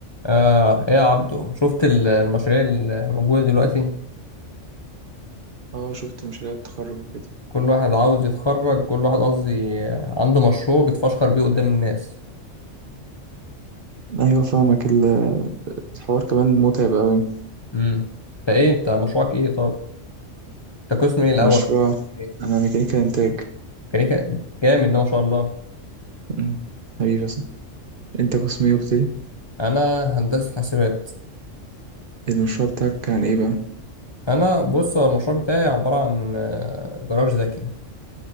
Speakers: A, on the left; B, on the right.
A: آه ايه يا عبدو شفت ال- المشاريع الموجودة دلوقتي
B: اه شفت مشاريع التخرج وكده
A: كل واحد عاوز يتخرج كل واحد قصدي عنده مشروع بيتفشخر بيه قدام الناس
B: ايوه فاهمك ال- الحوار كمان متعب قوي
A: امم انت ايه انت مشروعك ايه طب انت قسم ايه الاول
B: مشروع
A: إيه؟
B: انا ميكانيكا انتاج
A: ميكانيكا جامد ده ما شاء الله
B: أمم، حبيبي بس انت قسم ايه قلت لي
A: انا هندسة حاسبات
B: المشروع بتاعك كان ايه بقى
A: انا بص هو المشروع بتاعي عبارة عن آه، جراج ذكي